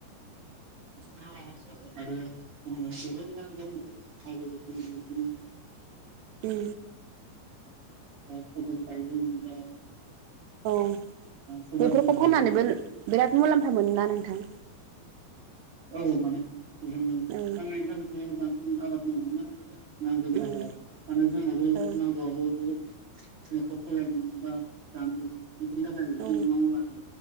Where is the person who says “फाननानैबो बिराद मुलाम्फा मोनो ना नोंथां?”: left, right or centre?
Right